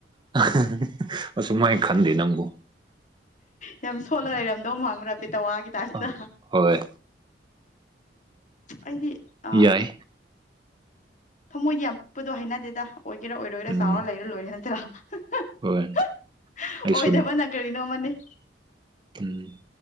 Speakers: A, on the right (about 25°); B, on the left (about 45°).
A: <unintelligible> ꯑꯁꯨꯝꯃꯥꯏ ꯈꯟꯗꯦ ꯅꯪꯕꯨ
B: ꯌꯥꯝ ꯁꯣꯜꯂ ꯂꯩꯔꯝꯗꯧ ꯃꯥꯟꯕ꯭ꯔ ꯥꯄꯦꯇꯋꯥꯒꯤ ꯇꯥꯏꯞꯇ꯫
A: ꯑ ꯍꯣꯏ
B: ꯑꯩꯗꯤ ꯑ
A: ꯌꯥꯏ
B: ꯊꯃꯣꯏꯗꯤ ꯌꯥꯝ ꯄꯤꯛꯄꯗꯣ ꯍꯥꯏꯅꯗꯦꯗ ꯑꯣꯏꯒꯦꯔꯥ ꯑꯣꯏꯔꯣꯏꯔꯥ
A: ꯎꯝ
B: ꯆꯥꯎꯔ ꯂꯩꯔ ꯂꯣꯏꯔꯦ ꯅꯠꯇꯔꯥ
A: ꯍꯣꯏ ꯑꯩꯁꯨꯅꯤ
B: ꯑꯣꯏꯗꯕꯅ ꯀꯔꯤꯅꯣ ꯑꯃꯅꯦ꯫
A: ꯎꯝ